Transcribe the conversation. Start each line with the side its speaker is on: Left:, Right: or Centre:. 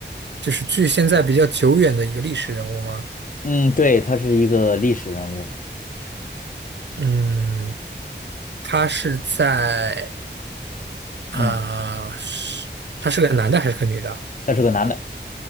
Right: 就是距现在比较久远的一个历史人物吗？
Left: 嗯，对，他是一个历史人物。
Right: 嗯，他是在。啊，
Left: 嗯，
Right: 是他是个男的还是个女的？
Left: 他是个男的。